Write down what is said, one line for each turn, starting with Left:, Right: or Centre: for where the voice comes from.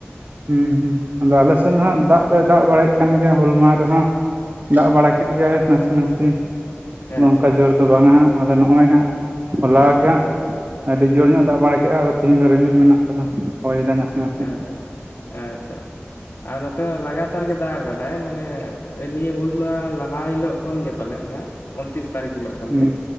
Right: ᱦᱩᱸ ᱦᱩᱸ ᱟᱫᱚ ᱟᱞᱮᱥᱮᱱ ᱦᱟᱜ ᱫᱟᱜ ᱫᱚᱭ ᱫᱟᱜ ᱵᱟᱲᱟᱭ ᱠᱟᱱ ᱜᱮᱭᱟ ᱦᱩᱞ ᱢᱟᱦᱟᱸ ᱨᱮᱦᱚᱸ ᱫᱟᱜ ᱵᱟᱲᱟ ᱠᱮᱫ ᱜᱮᱭᱟᱭ ᱱᱟᱥᱮ ᱱᱟᱥᱮ
Left: ᱟᱪᱪᱷᱟ
Right: ᱚᱱᱠᱟ
Left: ᱟᱪᱪᱷᱟ
Right: ᱡᱩᱨ ᱫᱚ ᱵᱟᱝᱟ ᱦᱟᱸᱜ ᱟᱫᱚ ᱱᱚᱜᱼᱚᱭ ᱦᱟᱸᱜ ᱦᱚᱞᱟ ᱜᱮ ᱦᱟᱸᱜ ᱟᱹᱰᱤ ᱡᱩᱨ ᱧᱚᱜ ᱫᱟᱜ ᱵᱟᱲᱟ ᱠᱮᱜᱼᱟ ᱛᱮᱦᱤᱧ ᱫᱚ ᱨᱤᱢᱤᱞ ᱢᱮᱱᱟᱜ ᱠᱟᱫᱟ ᱦᱚᱭᱫᱟᱭ ᱱᱟᱥᱮ ᱱᱟᱥᱮ
Left: ᱟᱪᱪᱷᱟ ᱟᱪᱪᱷᱟ ᱟᱨ ᱱᱚᱛᱮ ᱞᱟᱜᱟᱛᱟᱨ ᱜᱮ ᱫᱟᱜ ᱟᱠᱟ ᱫᱟᱭ ᱢᱟᱱᱮ ᱱᱤᱭᱟᱹ ᱦᱩᱞ ᱢᱟᱦᱟ ᱞᱟᱦᱟ ᱦᱤᱞᱚᱜ ᱠᱷᱚᱱ ᱜᱮ ᱯᱟᱞᱮᱫ ᱱᱟᱜ ᱚᱱᱛᱤᱥ ᱛᱟᱨᱤᱠᱷ ᱦᱤᱞᱚᱜ ᱠᱷᱚᱱᱜᱮ
Right: ᱦᱩᱸ